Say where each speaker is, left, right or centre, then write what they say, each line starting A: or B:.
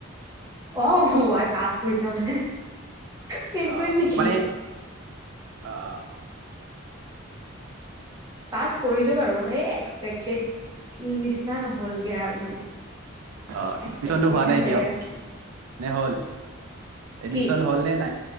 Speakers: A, on the right; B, on the right.
A: অ', ৱাই পাছ কৰিছা বোলে ফেইল
B: অ',
A: কৰিম নেকি
B: মানে অ',
A: পাছ কৰিলো বাৰু এই এক্সপেক্টেড উম, নিচিনা নহ'লগে আৰু মানে।
B: অ', এডমিচনটো
A: এক্সপেক্টেশচন
B: হোৱা নাই এতিয়াও
A: বেলেগ আছিলে
B: নে হ'ল? এডমিচন
A: কি
B: হ'ল নে নাই?